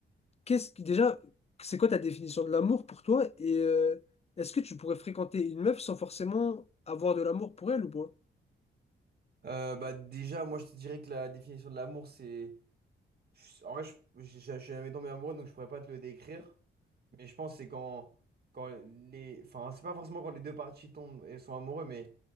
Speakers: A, on the left (about 30°); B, on the right (about 50°).
A: qu'est-ce qui, déjà, c'est quoi ta définition de l'amour pour toi? Et euh, est-ce que tu pourrais fréquenter une meuf sans forcément avoir de l'amour pour elle ou pas?
B: Euh, bah déjà, moi je te dirais que la définition de l'amour, c'est... je- En vrai, je, je, je- je suis jamais tombé amoureux, donc je pourrais pas te le décrire. Mais je pense que c'est quand, quand les... Enfin, c'est pas forcément quand les deux parties tombent et sont amoureux, mais